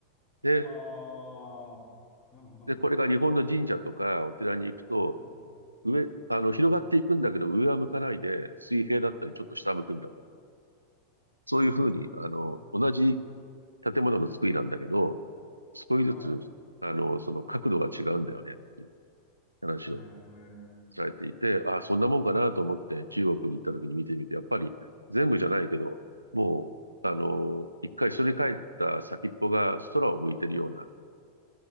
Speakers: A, on the right; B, on the left.
A: で、
B: ああ、なるほど。
A: で、これが日本の神社とかお寺に行くと、
B: うん、
A: 上、
B: うん、
A: あの、広がっていくんだけど、上は向かないで、水平だったり、ちょっと下向くんだと。そういうふうに、
B: うん、うん
A: あの、同じ建物の作りなんだけど、少しずつ、
B: はい。
A: あの、その角度が違うんだよねっていう話を
B: へえ。う
A: されていて、ああ、そんなもんかなと思って中国に行った時に見てみて、やっぱり全部じゃないけど、もう、あの、一回それ帰った先っぽが空を向いてるような
B: ん